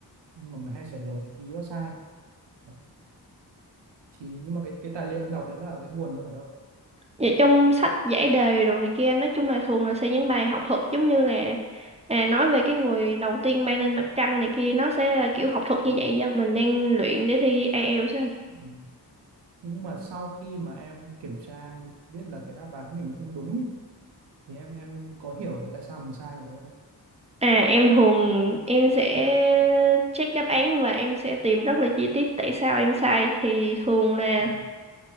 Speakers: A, on the right (about 80°); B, on the right (about 15°).
A: nhưng mà mày hay trả lời cái ý đó sai Đấy. thì nhưng mà cái cái tài liệu em đọc đấy là cái nguồn nó ở đâu
B: Vậy trong sách giải đề đồ này kia nói chung là thường là sẽ những bài học thuật giống như là à, nói về cái người đầu tiên bay lên mặt trăng này kia nó sẽ là kiểu học thuật như
A: ừ.
B: vậy do mình đang luyện để thi IELTS á anh.
A: Ừ. thế nhưng mà sau khi mà em kiểm tra em biết là cái đáp án của mình nó không đúng ý, thì em em có hiểu là tại sao mình sai ở đâu không
B: À em thường em sẽ check đáp án và em sẽ tìm rất là chi tiết tại sao em sai thì thường là
A: ừ.